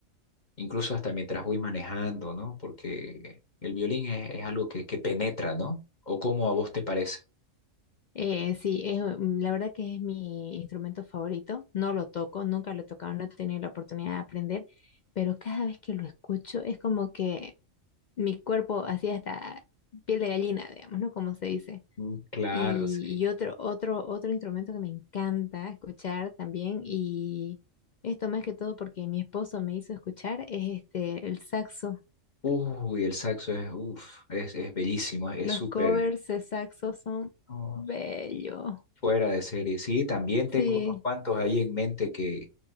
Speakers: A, on the left (about 35°); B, on the left (about 70°).
A: incluso hasta mientras voy manejando, ¿no? Porque el violín es, es algo que, que penetra, ¿no? ¿O cómo a vos te parece?
B: Eh, sí, es, mm, la verdad que es mi instrumento favorito. No lo toco, nunca lo he tocado, no he tenido la oportunidad de aprender, pero cada vez que lo escucho es como que mi cuerpo así hasta piel de gallina, digamos, ¿no? Como se dice.
A: Mm, Claro,
B: Y,
A: sí.
B: y otro, otro, otro instrumento que me encanta escuchar también, y esto más que todo porque mi esposo me hizo escuchar, es este, el saxo.
A: Uy, el saxo es, uf, es, es bellísimo, es
B: Los
A: es súper
B: covers de saxo son
A: no,
B: bellos.
A: fuera de serie. Sí, también tengo
B: Sí,
A: unos cuantos ahí en mente que,